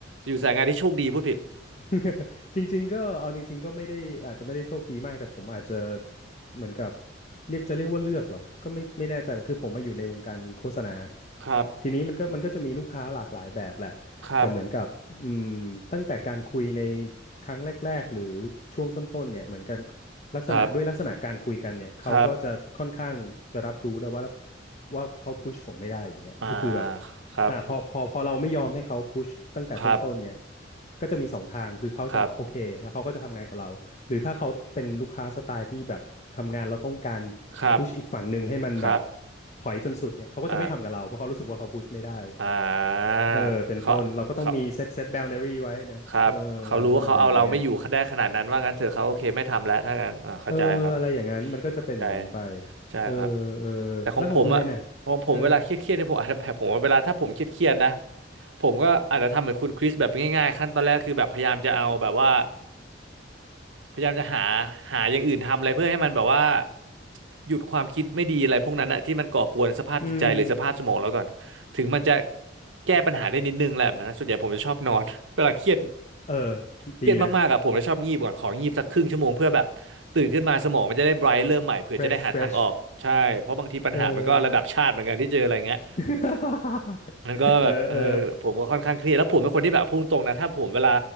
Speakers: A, on the right (about 85°); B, on the left (about 35°).
A: อยู่สายงานที่โชคดีพูดผิด
B: <laughs> จริงๆก็เอาจริงๆก็ไม่ได้อาจจะไม่ได้โชคดีมากแต่ผมอาจจะเหมือนกับเรียกจะเรียกว่าเลือกเหรอก็ไม่ไม่แน่ใจคือผมมาอยู่ในวงการโฆษณา
A: ครับ
B: ทีนี้มันก็มันก็จะมีลูกค้าหลากหลายแบบแหละแต่เหมือนกับอืมตั้งแต่การคุยใน
A: ครับ
B: ครั้งแรกๆหรือช่วงต้นๆเนี่ยเหมือนกันลักษณะด้วยลักษณะการคุยกันเนี่ยเขาก็จะค่อนข้างจะรับรู้แล้วว่า
A: ครับครับ
B: ว่าเขาพุชผมไม่ได้อย่างเงี้ยก็คือแบบ
A: อ่าครับ
B: อ่าพอพอพอเราไม่ยอมให้เขาพุชตั้งแต่ต้นๆเนี่ย
A: ครับ
B: ก็จะมีสองทางคือเขาจะโอเคแล้วเขาก็จะทำงานกับเราหรือถ้าเขาเป็นลูกค้าสไตล์ที่แบบทำงานเราต้องการ
A: ครับครับ
B: พุชอีกฝั่งหนึ่งให้มันแบบ
A: ครับ
B: ถอยจนสุดเนี่ยเขาก็จะไม่ทำกับเราเพราะเขารู้สึกว่าเขาพุชไม่ได้
A: อ่าอ่า
B: เออเป็นต้นเราก็ต้องมีเซตเซตบาวนารีไว้นะเออ
A: เขาเขา ครับ เขารู้ว่าเขาเอาเราไม่อยู่เขาได้ขนาดนั้นว่างั้นเถอะเขาโอเคไม่ทำแล้วถ้างั้นอ่าเข้าใจครับ
B: อะไรอะไรอย่างเงี้ยเอออะไรอย่างนั้นมันก็จะเป็นอย่างนั้นไป
A: เข้าใจใช่ครับ
B: เออเออแล้วของคุณเบนอ่ะเออ
A: แต่ของผมอะของผมเวลาเครียดเครียดเนี่ยผมอาจจะแบบผมว่าเวลาถ้าผมเครียดเครียดนะผมก็อาจจะทำเหมือนคุณคริสแบบง่ายๆขั้นตอนแรกคือแบบพยายามจะเอาแบบว่าพยายามจะหาหาอย่างอื่นทำอะไรเพื่อให้มันแบบว่าหยุดความคิดไม่ดีอะไรพวกนั้นอะที่มันก่อกวนสภาพจิตใจหรือสภาพสมองเราก่อนถึงมันจะ
B: อืม
A: แก้ปัญหาได้นิดนึงแหละแบบนั้นนะส่วนใหญ่ผมจะชอบนอน <laughs> เวลาเครียด
B: เออ
A: เครียดมากๆอะผมจะชอบงีบก่อนของีบสักครึ่งชั่วโมงเพื่อแบบตื่นขึ้นมาสมองมันจะได้ไบรท์เริ่มใหม่เผื่อจะได้หาทางออกใช่เพราะบางทีปัญหามันก็ระดับชาติเหมือนกันที่เจออะไรเงี้ย
B: ดีนะ fresh fresh เออ <laughs>
A: มันก็แบบเออผมก็ค่อนข้างเครียดแล้วผมเป็นคนที่แบบพูดตรงนะถ้าผมเวลา
B: เออเออ